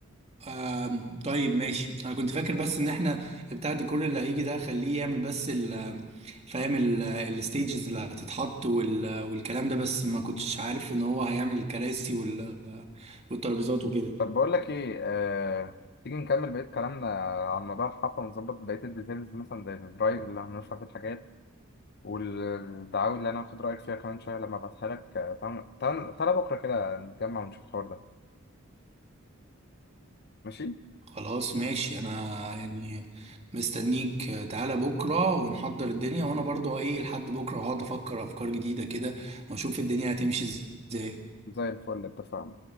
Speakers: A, on the right; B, on the left.
A: آم، طيب ماشي انا كنت فاكر بس ان احنا بتاع الديكور اللي هيجي ده خليه يعمل بس ال فاهم الستيجز اللي هتتحط وال والكلام ده بس ما كنتش عارف ان هو هيعمل الكراسي وال والترابيزات وكده
B: طب بقول لك ايه آه... تيجي نكمل بقية كلامنا عن موضوع الحفلة ونظبط بقية الديتيلز مثلا زي الدرايف اللي هنرفع فيه الحاجات والدعاوي اللي انا هاخد رأيك فيها كمان شوية لما ابعتها لك آه، تعال تعال- تعال بكرة كده نتجمع ونشوف الحوار ده ماشي
A: خلاص ماشي انا يعني مستنيك تعالى بكرة ونحضر الدنيا وانا برضو ايه لحد بكرة هقعد افكر افكار جديدة كده واشوف الدنيا هتمشي ازاي
B: زي الفل اتفقنا